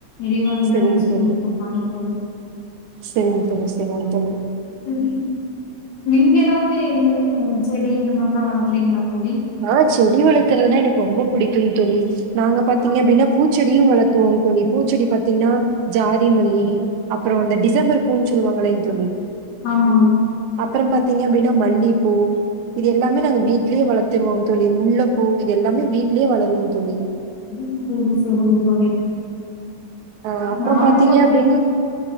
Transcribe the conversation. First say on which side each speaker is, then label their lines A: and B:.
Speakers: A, on the left; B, on the right.
A: எரிவாயுதா
B: சரிங்க
A: யூஸ்
B: தோழி.
A: பண்ணிட்டுருக்காங்க தோழி
B: சரிங்க தோழி சரிங்க தோழி
A: தோழி, நீங்க ஏதாவது இயற்கை மர செடி இந்த மாரில்லா வளக்குறீங்களா தோழி
B: ஆ செடி வளக்கறதுனா எனக்கு ரொம்ப பிடிக்குங் தோழி நாங்க பாத்தீங்க அப்டின்னா பூச்செடியு வளத்துவோங் தோழி பூச்செடி பாத்தீங்கனா ஜாதிமல்லி அப்றோ இந்த டிசம்பர் பூ னு சொல்லுவாங்களேங் தோழி
A: ஆமாங்
B: அப்பற பாத்தீங்க அப்டின்னா மல்லிப்பூ இது எல்லாமே நாங்க வீட்லேயே வளத் துருவோங் தோழி முல்ல பூ இது எல்லாமே வீட்லயே வளருவோங் தோழி
A: சரி சரிங்க தோழி
B: அ அப்பறோ
A: நாங்க
B: பாத்தீங்க
A: பாத்தீங்கன்னா
B: அப்டின்னா